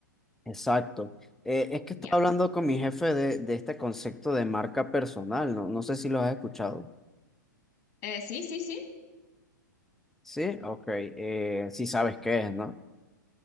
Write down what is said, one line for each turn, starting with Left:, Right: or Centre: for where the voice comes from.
Centre: exacto. Eh, es que
Left: Ya.
Centre: estaba hablando con mi jefe de, de este concepto de marca personal, no, no sé si lo has escuchado.
Left: Eh, sí, sí, sí.
Centre: Sí, ok, eh, sí sabes qué es, ¿no?